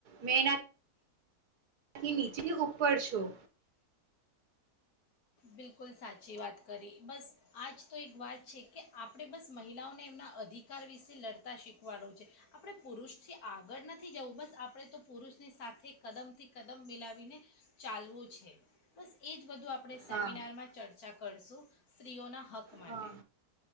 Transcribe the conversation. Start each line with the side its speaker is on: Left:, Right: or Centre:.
Right: મેં ન. થી નીચે ઉપર છું.
Left: બિલકુલ સાચી વાત કરી બસ આજ તો એક વાત છે કે આપણે બસ મહિલાઓને એમના અધિકાર વિશે લડતા શીખવાડું છે આપણે પુરુષથી આગળ નથી જવું બસ આપણે તો પુરુષની સાથે કદમથી કદમ મિલાવીને ચાલવું છે બસ એ જ બધું આપણે. સેમિનારમાં
Right: હા
Left: ચર્ચા કર. કરશું સ્ત્રીઓના હક માટે.
Right: હા